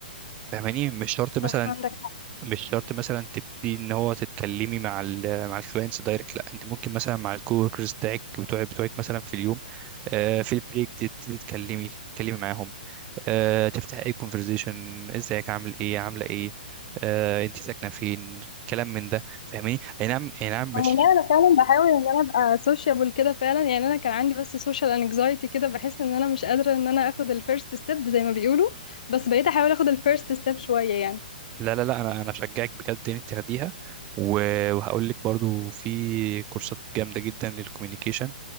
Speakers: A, on the right; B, on the left.
A: فاهماني مش شرط مثلا
B: صح عندك
A: مش شرط مثلا تبتدي ان هو تتكلمي مع ال مع الكلاينتس دايركت لا انت ممكن مثلا مع الكووركرز بتاعك بتوعك بتوعك مثلا في اليوم آه، في البريك تبتدي تتكلمي تتكلمي معاهم آه، تفتح اي كونفرزيشن ازيك عامل ايه عامله ايه آه، انت ساكنه فين كلام من ده فاهماني اي نعم اي نعم مش
B: انا لا انا فعلا بحاول ان انا ابقى سوشيبل كده فعلا يعني انا كان عندي بس سوشيال انكزايتي كده بحس ان انا مش قادره ان انا اخد الفيرست ستيب زي ما بيقولوا بس بقيت احاول اخد الفيرست ستيب شويه يعني
A: لا لا لا انا انا اشجعك بجد ان انت تاخديها و- وهقول لك برضو في كورسات جامده جدا للكوميونيكيشن